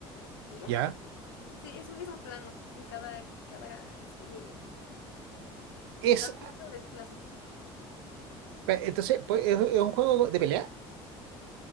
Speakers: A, on the left; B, on the right.
A: y ya.
B: ya.
A: Sí, es un mismo plano en cada, cada este nivel.
B: Es,
A: Y no, no te desplazas.
B: pe- entonces, pues, ¿es, es un juego de pelea?